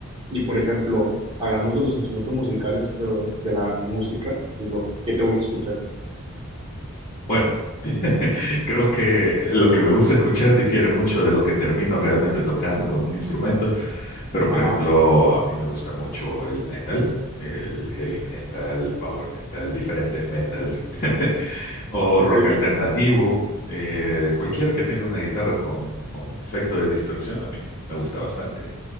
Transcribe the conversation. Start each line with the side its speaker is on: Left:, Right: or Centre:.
Right: y por ejemplo, hablamos de los instrumentos musicales, pero de la música, lo que te gusta escuchar.
Left: Bueno, <laughs> creo que lo que me gusta escuchar difiere mucho de lo que termino realmente tocando con un instrumento. Pero, por
Right: Ajá,
Left: ejemplo, a mí me gusta mucho el metal, el heavy metal, power metal, diferentes metals, o
Right: ok.
Left: rock alternativo, eh, cualquiera que tenga una guitarra con, con efecto de distorsión, a mí me gusta bastante.